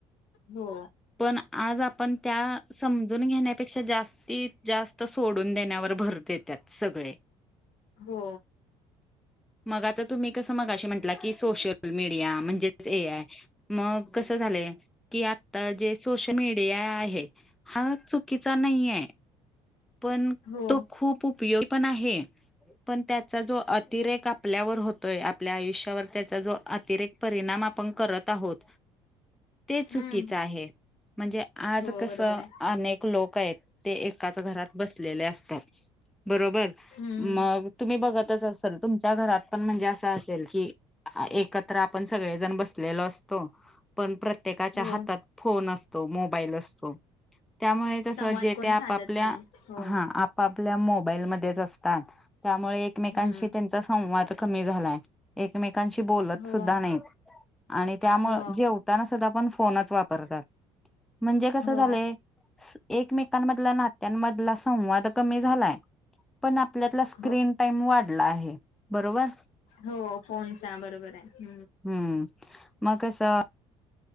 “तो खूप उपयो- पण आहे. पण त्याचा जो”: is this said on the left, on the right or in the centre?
Centre